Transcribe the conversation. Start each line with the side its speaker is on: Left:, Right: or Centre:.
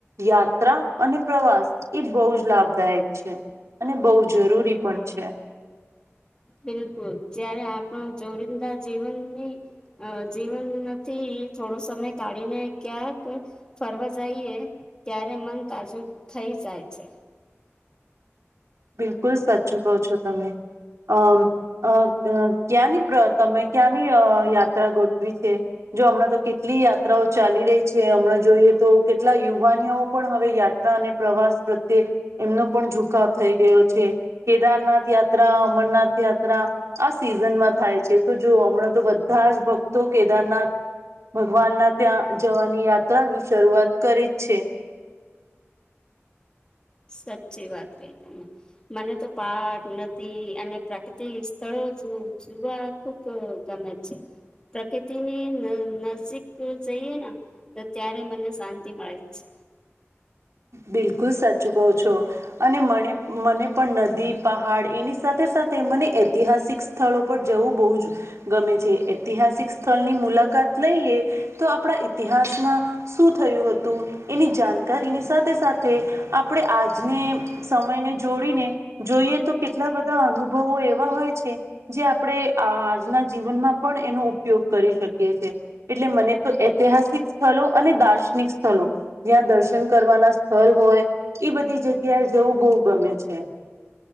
Right: યાત્રા અને પ્રવાસ એ બહુ જ લાભદાયક છે. અને બહુ જરૂરી પણ છે.
Left: બિલકુલ જય્યારે આપણો જોડીદા જીવનની અ જીવન નથી થોડો સમય કાઢીને ક્યાંક ફરવા જઈએ ત્યારે મન તાજું થઈ જાય છે.
Right: બિલકુલ સાચું કહો છો તમે અમ અ ક્યાંની તમે ક્યાંની યાત્રા ગોઠવી છે. જો હમણાં તો કેટલી યાત્રાઓ ચાલી રહી છે હમણાં જોઈએ તો કેટલા યુવાનીઓ પણ હવે યા અને પ્રવાસ પ્રત્યે એમનો પણ ઝુકાવ થઈ ગયો છે. કેદારનાથ યાત્રા અમરનાથ યાત્ર આ સિઝનમાં થાય છે તો જો હમણાં તો બધા જ ભક્તો કેદારનાથમાં ભગવાનના ત્યાં જવાની યાત્રા ની શરૂઆત કરી જ છે.
Left: સાચી વાત કહી તને. મને તો પક નદી અને પ્રાકૃતિક સ્થળો જોવા ખુબ તો ગમે જ છે પ્રકૃતિની નજીક જઈએ ને તો ત્યારે મને શાંતિ મળે જ છે.
Right: બિલકુલ સચ કહો છો. અને મ મને પણ નદી પહાડ એની સાથે સાથે મને ઐતિહાસિક સ્થળો પર જવું બહુ જ ગમે છે ઐતિહાસિક સ્થળની મુલાકાત લઈએ તો આપણા ઈતિહાસમાં શું થયું હતું એની જાણકારીની સાથે સાથે આપણે આજને સમયને જોડીને જોઈએ તો કેટલા બધા અનુભવો એવા હોય છે. જે આપણે આજના જીવનમાં પણ એનો ઉપયોગ કરી શકીએ છ છે. એટલે મને તો ઐતિહાસિક સ્થળ અને દાર્શનિક સ્થળો જ્યાં દર્શન કરવાના સ્થળ હોય એ બધી જગ્યાએ જવું બહુ ગમે છે.